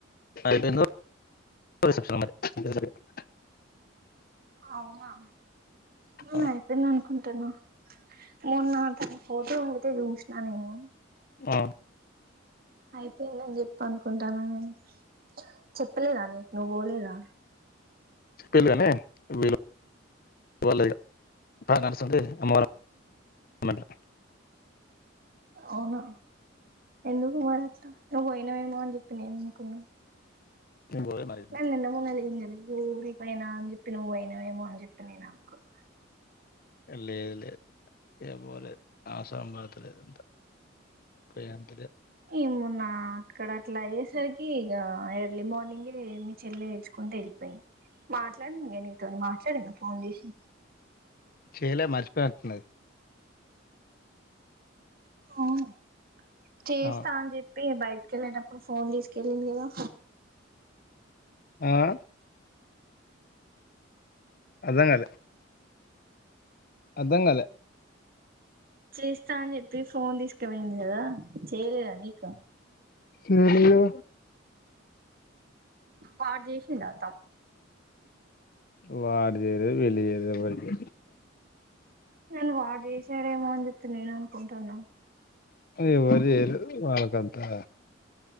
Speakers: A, on the left (about 50°); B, on the right (about 50°).
A: అయిపోయిందో రిసెప్షన్ మరి <inaudible>
B: అవునా నేను
A: అవును
B: అయిపోయింది అనుకుంటున్నా మొన్న తను ఫోటో పెడితే చూసిన నేను
A: ఆ
B: అయిపోయిందని చెప్పి అనుకుంటన్నా నేను చెప్పలేదా నీకు నువ్వు పోలేదా
A: చెప్పిళ్ళు గాని వీలు పడల వాళ్ళే ఇగా తా నర్సాందే అమ్మవారా మెట్లా
B: అవును ఎందుకు మరి అట్లా నువ్వు బోయినావేమో అని జేప్పి నీన్ ఉకున్నా.
A: ఏం పోలే మరి
B: నన్ నిన్న మొన్న లేన్ గా నీయురిక్ వోయినా అన్ జేప్పి నువ్వు వోయినావేమో అని జేప్పి నేన్ అనుకున్నా
A: లేదలేద్ ఇగా బోలేద్ అవసరం పడ్తలేద్ అంత పోయామ్
B: ఇమూనా ఇక్కడ అట్లా అయేసరికి ఇగా ఎర్లీ మార్నింగే మీ చెల్లె ఏడ్చుకుంటా ఏళ్లపేయన్ మాట్లాడిదగా నీతోని మాట్లాడిదా ఫోన్ జేచి
A: చేయలే మర్చిపోయినటున్నది.
B: ఒహ్ చేస్తాన్
A: అవును
B: జేప్ పి బయట్ కేళ్ళేటప్పుడు ఫోన్ దీసుకెళ్ళింది గదా.
A: ఆఆ అర్ధగాలే అందగాలే
B: చేస్తా అన్ జేప్పి ఫోన్ దిస్కబోయింది కదా చేయలేదా నీకు
A: చేయలేగదా
B: పాడ్ జేచ్చిండా అత్తా
A: వాడ్ దేరే వెళ్ళి వేరేవరికి
B: నన్ వాడు జేచ్చాడేమో అని జేప్తే నేన్ అనుకుంటున్నా.
A: ఎవర్ జేయరు వాళ్ళకంతా